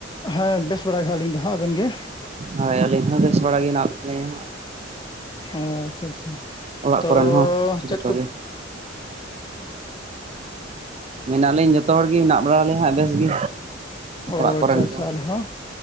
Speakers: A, on the left; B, on the right.
A: ᱦᱮᱸ ᱵᱮᱥ ᱵᱟᱲᱟᱭ ᱜᱮ ᱟᱹᱞᱤᱧ ᱫᱚ ᱦᱟᱸᱜ ᱟᱵᱮᱱ ᱜᱮ?
B: ᱦᱳᱭ ᱟᱹᱞᱤᱧ ᱦᱚᱸ ᱵᱮᱥ ᱵᱟᱲᱟ ᱜᱮ ᱦᱮᱱᱟᱜ ᱞᱤᱧᱟ᱾
A: ᱚ ᱟᱪᱪᱷᱟ ᱟᱪᱪᱷᱟ
B: ᱚᱲᱟᱜ
A: ᱛᱚ
B: ᱠᱚᱨᱮᱱ ᱦᱚᱸ
A: ᱪᱮᱫ
B: ᱡᱚᱛᱚ
A: ᱠᱚ
B: ᱜᱮ ᱢᱮᱱᱟᱜ ᱞᱤᱧ ᱡᱚᱛᱚ ᱦᱚᱲᱜᱮ ᱢᱮᱱᱟᱜ ᱵᱟᱲᱟᱞᱤᱧ ᱦᱟᱸᱜ ᱵᱮᱥ ᱜᱮ
A: ᱚ
B: ᱚᱲᱟᱜ ᱠᱚᱨᱮᱱ
A: ᱟᱪᱪᱷᱟ ᱟᱪᱪᱷᱟ
B: ᱠᱚ
A: ᱟᱞᱮ ᱦᱚᱸ